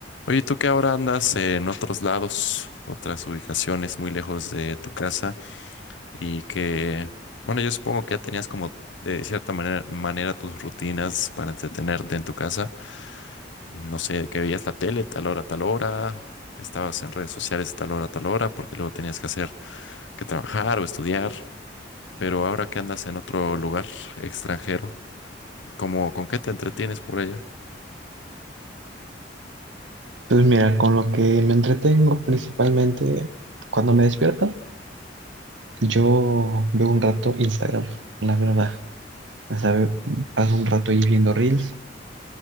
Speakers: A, on the left; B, on the right.
A: Oye, tú que ahora andas en otros lados, otras ubicaciones muy lejos de tu casa y que, bueno, yo supongo que ya tenías como de cierta manera, manera tus rutinas para entretenerte en tu casa. No sé, que veías la tele tal hora, tal hora, estabas en redes sociales tal hora, tal hora, porque luego tenías que hacer que trabajar o estudiar. Pero ahora que andas en otro lugar extranjero, ¿cómo, con qué te entretienes por allá?
B: Pues mira, con lo que me entretengo principalmente cuando me despierto, yo veo un rato Instagram, la verdad. O sea, ve- paso un rato ahí viendo reels,